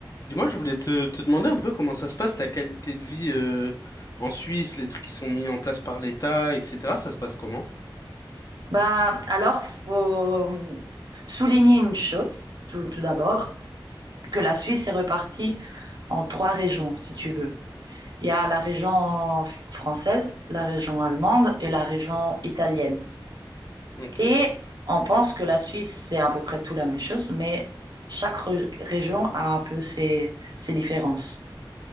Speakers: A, on the left; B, on the right.
A: Dis-moi, je voulais te, te demander un peu comment ça se passe, la qualité de vie euh, en Suisse, les trucs qui sont mis en place par l'État, etc. Ça se passe comment?
B: Ben, alors, faut souligner une chose, tout, tout d'abord, que la Suisse est repartie en trois régions, si tu veux. Il y a la région f- française, la région allemande et la région italienne.
A: Ok,
B: Et on pense que la Suisse, c'est à peu près tout la même chose, mais chaque re- région a un peu ses, ses différences.